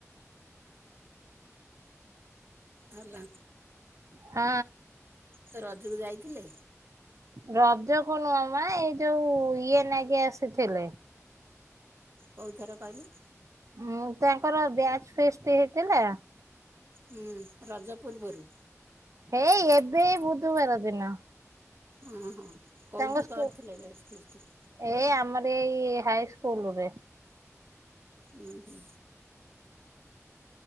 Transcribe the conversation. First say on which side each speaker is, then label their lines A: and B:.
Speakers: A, on the right; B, on the right.
A: ହାଲୋ।
B: ହଁ।
A: ତ ରଜକୁ ଯାଇଥିଲେ?
B: ରଜକୁ ନୁହ ମ ଏଇ ଯୋଉ ଇଏ ନାଗି ଆସିଥିଲେ।
A: କୋଉଥର କହିଲୁ?
B: ଉଁ ତାଙ୍କର ବ୍ୟାଜ ଫେଷ୍ଟ ହେଇଥିଲା।
A: ହୁଁ ରଜ ପୂର୍ବରୁ?
B: ହେଇ ଏବେ ଏଇ ବୁଧବାର ଦିନ।
A: ଓହୋ କୋଉଠି
B: ତାଙ୍କ ସ୍କୁ
A: କରିଥିଲେ ବେଚ ଫିଷ୍ଟ?
B: ଏ ଆମର ଏଇ ହାଇ ସ୍କୁଲରେ।
A: ଉଁ ହୁଁ।